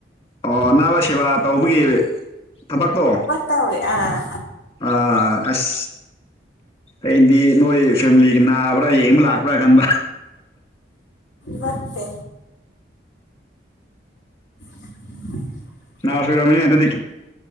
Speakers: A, on the left (about 30°); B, on the left (about 80°).
A: ꯑꯣ ꯑꯅꯥꯕ ꯁꯦꯕꯥ ꯇꯧꯕꯒꯤ ꯊꯕꯛꯇꯣ
B: ꯇꯧꯔꯤ ꯑ
A: ꯑꯥ ꯑꯁ ꯑꯩꯗꯤ ꯅꯣꯏ ꯐꯦꯃꯤꯂꯤꯒꯤ ꯅꯥꯕ꯭ꯔꯥ ꯌꯦꯡꯕ ꯂꯥꯛꯄ꯭ꯔꯥ ꯈꯟꯕ꯭ꯔ
B: ꯅꯠꯇꯦ <unintelligible>
A: ꯐ ꯔꯃꯤꯅꯤ ꯑꯦ ꯑꯗꯨ ꯇꯦ